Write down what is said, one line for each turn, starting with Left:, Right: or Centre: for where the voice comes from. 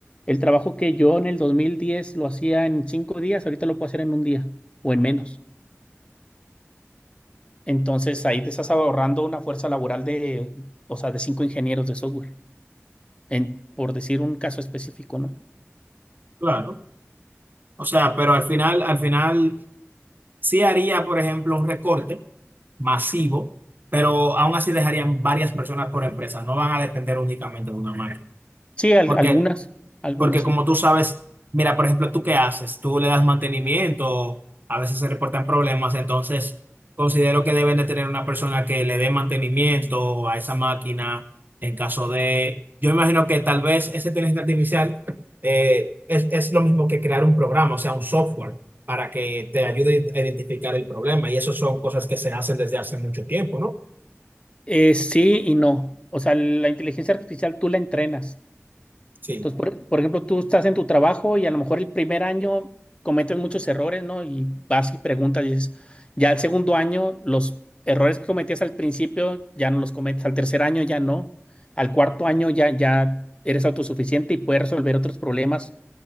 Left: el trabajo que yo en el 2010 lo hacía en cinco días, ahorita lo puedo hacer en un día o en menos. Entonces ahí te estás ahorrando una fuerza laboral de, o sea, de cinco ingenieros de software, en, por decir un caso específico, ¿no?
Right: Claro. O sea, pero al final, al final sí haría, por ejemplo, un recorte masivo, pero aún así dejarían varias personas por empresa, no van a depender únicamente de una máquina.
Left: Sí, al-
Right: Porque
Left: algunas, algunas
Right: Porque como
Left: sí.
Right: tú sabes, mira, por ejemplo, ¿tú qué haces? Tú le das mantenimiento, a veces se reportan problemas, entonces considero que deben de tener una persona que le dé mantenimiento a esa máquina en caso de... Yo imagino que tal vez esa inteligencia artificial eh, es, es lo mismo que crear un programa, o sea, un software para que te ayude a identificar el problema. Y eso son cosas que se hacen desde hace mucho tiempo, ¿no?
Left: Eh, sí y no. O sea, la inteligencia artificial tú la entrenas.
Right: Sí.
Left: Entonces, por, por ejemplo, tú estás en tu trabajo y a lo mejor el primer año cometes muchos errores, ¿no? Y vas y preguntas y dices, ya el segundo año, los errores que cometías al principio ya no los cometes, al tercer año ya no, al cuarto año ya, ya eres autosuficiente y puedes resolver otros problemas